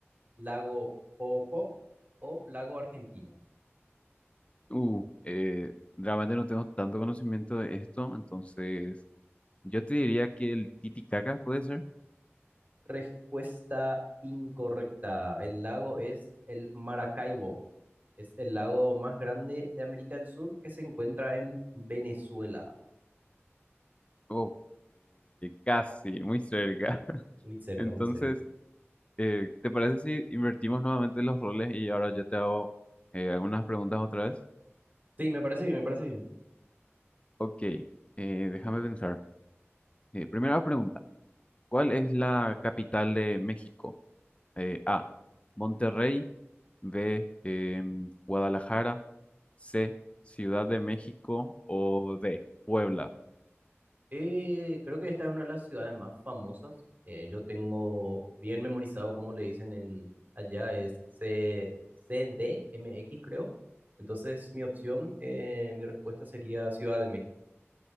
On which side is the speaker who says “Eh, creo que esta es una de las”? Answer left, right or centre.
Right